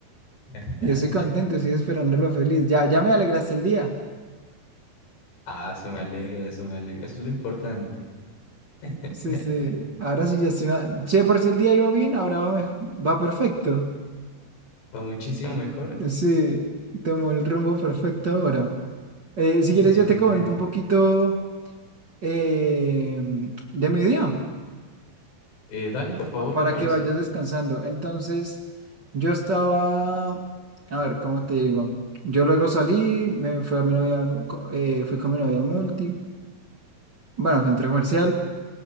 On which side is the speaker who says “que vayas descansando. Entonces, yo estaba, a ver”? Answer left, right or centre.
Right